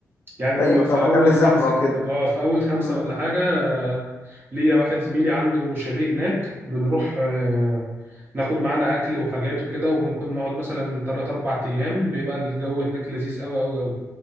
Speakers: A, on the right; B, on the left.
A: يعني بروح
B: ايوه
A: في
B: فاهمك
A: اول
B: قبل الزحمه
A: خمسه
B: وكده
A: كده اه في اول خمسه
B: امم
A: ولا حاجه آه، ليا واحد زميلي عنده شاليه هناك بنروح آه، ناخد معانا اكل وحاجات وكده وممكن نقعد مثلا 3 4 ايام بيبقى الجو هناك لذيذ قوي قوي